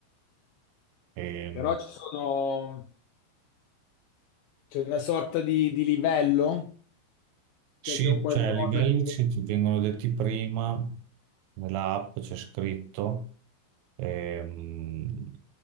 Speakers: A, on the right; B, on the left.
A: Ehm,
B: Però ci sono... c'è una sorta di, di livello,
A: sì,
B: cioè c'è un qualcosa
A: cioè i livelli
B: che...
A: ci, ti vengono detti prima, nella app c'è scritto, ehm,